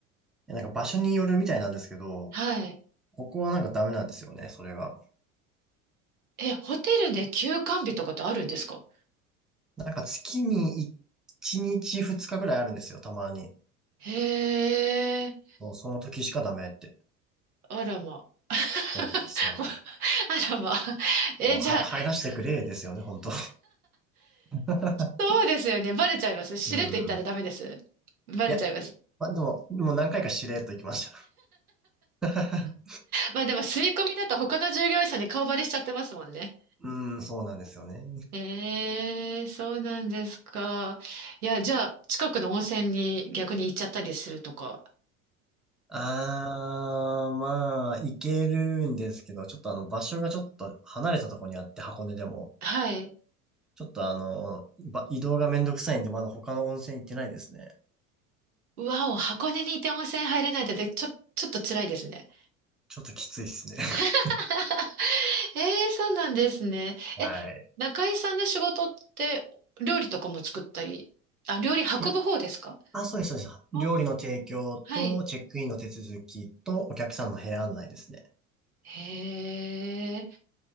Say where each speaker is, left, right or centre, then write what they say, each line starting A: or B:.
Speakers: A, in the centre; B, on the right.
A: やなんか場所によるみたいなんですけど、
B: はい。
A: ここはなんかダメなんですよね、それが。
B: え、ホテルで休館日とかってあるんですか
A: なんか月に1日2日ぐらいあるんですよ、たまに。
B: へえ、
A: そう、その時しかダメって。
B: あらま。
A: そうなんですよ。
B: <laughs> あらま。え、
A: もうはい入らせてくれですよね、
B: じゃあ、
A: 本当 <laughs>
B: そうですよね。バレちゃいます。しれっと言ったらダメです。
A: うん。
B: バレちゃいます。
A: いや、ま、でも、もう何回かしれっと行きました。<laughs>
B: まあでも、住み込みだと他の従業員さんに顔バレしちゃってますもんね。
A: うん、そうなんですよね。
B: ええ、そうなんですか。いや、じゃあ、近くの温泉に逆に行っちゃったりするとか。
A: あー、まあ、行けるんですけど、ちょっとあの、場所がちょっと離れたところにあって、箱根でも。
B: はい。
A: ちょっとあの、ば移動がめんどくさいんで、まだ他の温泉行ってないですね。
B: うわお、箱根にいて温泉入れないってちょ、ちょっと辛いですね。
A: ちょっときついですね。<laughs>
B: <laughs> ええそうなんですね。
A: はい。
B: え、中井さんの仕事って料理とかも作ったり、あ、料理運ぶ方ですか
A: いや、あ、そうです、そうです。料理の提供と、
B: あーはい。
A: チェックインの手続きと、お客さんの部屋案内ですね。
B: へえ、